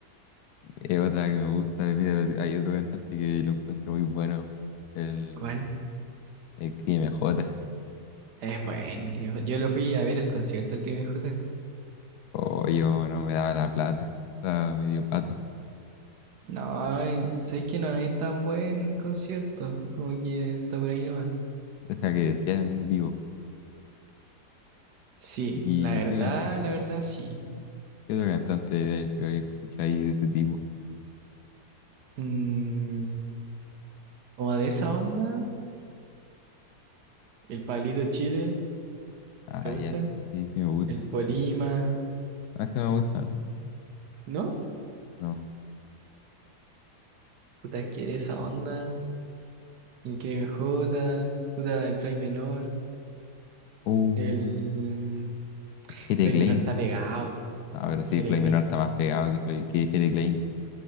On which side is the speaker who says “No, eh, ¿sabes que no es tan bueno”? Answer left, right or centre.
Right